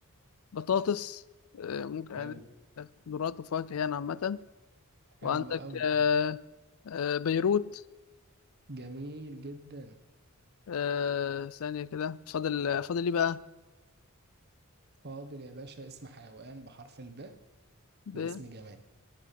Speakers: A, on the left; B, on the right.
A: بطاطس آه، ممكن
B: حلو
A: آه، خضروات وفواكه يعني عامة
B: حلو
A: وعندك
B: قوي
A: آه،
B: قوي
A: آه، بيروت
B: جميل جدا
A: آه، ثانية كده فاضل فاضل ايه بقى؟
B: فاضل يا باشا اسم حيوان بحرف الب
A: ب...
B: واسم جماد